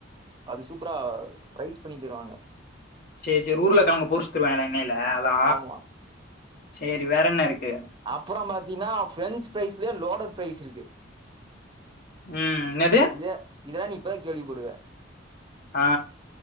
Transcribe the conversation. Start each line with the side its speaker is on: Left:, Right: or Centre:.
Right: அது சூப்பரா ஃப்ரைஸ் பண்ணி தருவாங்க
Left: செரி செரி உர்ல கிழங்க பொரிச்சு தருவாங்க எண்ணெய்ல அதா
Right: ஆமா.
Left: செரி வேற என்ன இருக்கு
Right: அப்புறோ பாத்தீங்கன்னா ஃபிரெஞ்சு ஃபிரரைஸ்லய லோடர் ஃபிரரைஸ் இருக்கு
Left: ம் எனது
Right: இத இதல்லா நீ இப்பதா கேள்வி படுவ
Left: ஆ